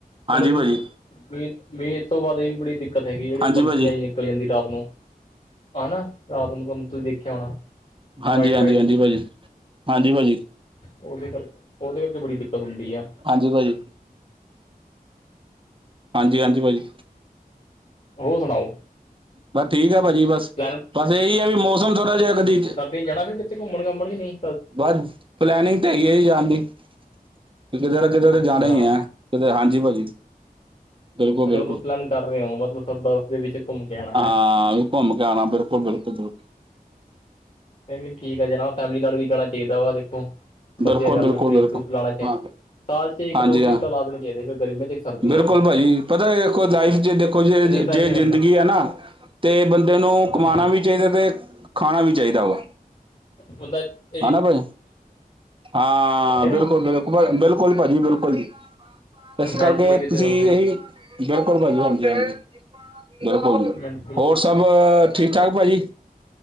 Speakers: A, on the right (about 35°); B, on the left (about 45°).
A: ਹਾਂਜੀ
B: ਹੁਣ, ਅ
A: ਭਾਜੀ
B: ਅ ਮੀਂਹ ਮੀਂਹ ਤੋਂ ਬਾਅਦ ਇਹ ਵੀ ਬੜੀ ਦਿੱਕਤ ਹੈਗੀ ਜਿਹੜੇ
A: ਹਾਂਜੀ
B: ਉਹ ਪੰਖੀਆਂ
A: ਭਾਜੀ
B: ਜੀਆਂ ਨਿਕਲ ਜਾਂਦੀ ਰਾਤ ਨੂੰ, ਹਨਾ। ਰਾਤ ਨੂੰ ਤੁਸੀਂ ਦੇਖਿਆ ਹੋਣਾ।
A: ਹਾਂਜੀ-ਹਾਂਜੀ-ਹਾਂਜੀ
B: ਵਾਈਟ ਵਾਈਟ ਜੀ
A: ਭਾਜੀ, ਹਾਂਜੀ ਭਾਜੀ।
B: ਉਹਦੇ ਕਰਕੇ, ਉਹਦੇ ਬੜੀ ਦਿੱਕਤ ਹੁੰਦੀ ਆ।
A: ਹਾਂਜੀ ਭਾਜੀ। ਹਾਂਜੀ-ਹਾਂਜੀ, ਭਾਜੀ।
B: ਹੋ ਸੁਣਾਓ?
A: ਮੈਂ ਠੀਕ ਆਂ ਭਾਜੀ ਬਸ।
B: ਪਲੈਨ
A: ਬਸ ਇਹੀ ਹੈ ਵੀ ਮੌਸਮ ਥੋੜਾ ਜਿਹਾ, ਕਦੀ
B: ਨਹੀਂ ਜਾਣਾ ਫਿਰ, ਕਿਥੇ ਘੁੰਮਣ-ਘਾਮਣ ਕੇ ਨਈ?
A: ਬਸ ਪਲੈਨਿੰਗ ਤਾਂ ਹੈਗੀ ਐ ਜੀ ਜਾਣ ਦੀ ਕਿਤੇ ਨਾ ਕਿਤੇ ਤਾਂ
B: ਅੱਛਾ
A: ਜਾਣਾ ਹੀ ਐ ਕਿੱਧਰ, ਹਾਂਜੀ ਭਾਜੀ। ਬਿਲਕੁਲ
B: ਅੱਛਾ
A: ਬਿਲਕੁਲ
B: ਮਤਲਬ ਪਲੈਨ ਕਰ ਰਹੇ ਹੋ ਮਤਲਬ ਬਰਫ਼ ਦੇ ਵਿੱਚ ਘੁੰਮ ਕੇ ਆਉਣਾ
A: ਹਾਂ
B: ਹੈ
A: ਘੁੰਮ ਕੇ ਆਣਾ ਬਿਲਕੁਲ ਬਿਲਕੁ। ਤਦੋ
B: ਨਹੀਂ-ਨਹੀਂ ਠੀਕ ਆ ਜਨਾ, ਫੈਮਲੀ ਨਾਲ ਵੀ ਜਾਣਾ ਚਾਹੀਦਾ ਵਾ ਦੇਖੋ ਵਧੀਆ
A: ਬਿਲਕੁਲ
B: ਗੱਲ
A: ਬਿਲਕੁਲ
B: ਆ, ਟਰਿੱਪ-ਟਰੁੱਪ
A: ਬਿਲਕੁਲ
B: ਲਾਣਾ ਚਾ
A: ਹਾਂ
B: ਸਾਲ'ਚ ਇੱਕ-ਦੋ
A: ਹਾਂਜੀ
B: ਟ੍ਰਿਪ
A: ਹਾਂ
B: ਤਾਂ ਲਾ ਦੇਣੇ ਚਾਹੀਦੇ ਆ, ਇੱਕ ਗਰਮੀਆਂ'ਚ, ਇੱਕ ਸਰਦੀਆਂ'ਚ।
A: ਬਿਲਕੁਲ ਭਾਜੀ ਪਤਾ ਦੇਖੋ ਲਾਈਫ 'ਚ ਦੇਖੋ ਜੇ, ਜੇ
B: ਰੀਫਰੈਸ਼ ਹੋ
A: ਜ਼ਿੰਦਗੀ
B: ਜਾਂਦਾ
A: ਆ ਨਾ- ਤੇ ਬੰਦੇ ਨੂੰ ਕਮਾਣਾ
B: ਹਾਂਜੀ
A: ਵੀ ਚਾਹੀਦਾ, ਤੇ ਖਾਣਾ ਵੀ ਚਾਹੀਦਾ ਵਾ।
B: ਬੰਦਾ ਈ
A: ਹਣਾ ਭਾਜੀ, ਹਾਂ
B: ਠੀਕ ਹੈ ਨੀ
A: ਬਿਲਕੁਲ-ਬਿਲਕੁਲ। ਬਿਲਕੁੱਲ ਭਾਜੀ, ਬਿਲਕੁੱਲ ਜੀ। ਇਸ
B: ਮੈਂਟਲੀ
A: ਕਰਕੇ
B: ਵੀ ਤੇ
A: ਤੁਸੀਂ
B: ਉਸਦੀ
A: ਏਹੀ ਬਿਲਕੁੱਲ ਭਾਜੀ, ਹਾਂਜੀ-ਹਾਂਜੀ, ਬਿਲਕੁੱਲ ਜੀ।
B: ਮੈਂਟਲੀ
A: ਹੋਰ, ਸਭ ਠੀਕ-ਠਾਕ ਭਾਜੀ?